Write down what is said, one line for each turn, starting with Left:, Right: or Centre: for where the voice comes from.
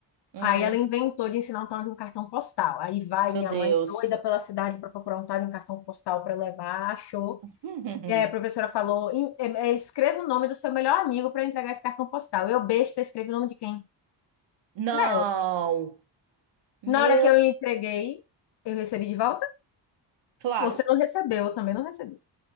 Right: hum.
Left: Aí ela inventou de ensinar um tal de um cartão postal. Aí vai minha
Right: Meu Deus.
Left: mãe doida pela cidade para procurar um tal de um cartão postal para levar, achou.
Right: <laughs>
Left: E aí a professora falou: "Em- é, é, escreva o nome do seu melhor amigo para entregar esse cartão postal. Eu, besta, escrevi o nome de quem?
Right: Não.
Left: Dela.
Right: Meu.
Left: Na hora que eu entreguei, eu recebi de volta?
Right: Claro.
Left: Você não recebeu, eu também não recebi.